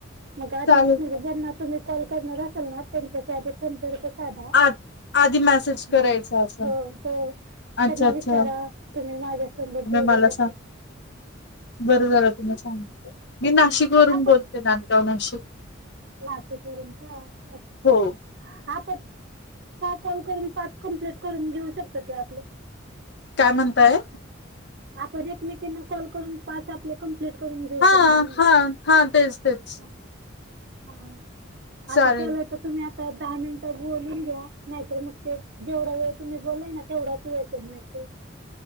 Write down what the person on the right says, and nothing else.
मगजन
ना त. कॉल करणार असेल ना त्यांच्या आधी संपर्क साधा.
हम्
हो हो.
त्यांना
विचारा तुम्ही माझ्यासोबत बोलू
शकता.
हम्म
माशी करून का अच्छा!
अच्छा! कॉल करून पाच कमप्ट करून घेऊ शकत ते आपले.
आपण एकमेकांना कॉल करून पाच आपले क. करून घेऊ
शकतो म्ह
हा
आता केलंय तर तुम्ही आ दहा मिनिटं बोलून घ्या नाहीतर मग ते जेवढा वेळ तुम्ही बोला ना तेवढाच वेळ स